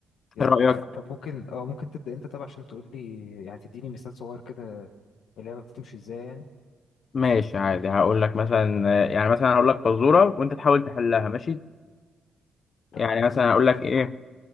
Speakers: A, on the left (about 75°); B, on the left (about 45°).
A: يلا
B: إيه رأيك؟
A: آه، طب ممكن اه ممكن تبدأ انت طبعا عشان تقول لي يعني تديني مثال صغير كده اللعبة بتمشي ازاي يعني
B: ماشي عادي هقول لك مثلا آه، يعني مثلا هقول لك فزورة وأنت تحاول تحلها ماشي؟
A: اتفقنا
B: يعني مثلا هقول لك إيه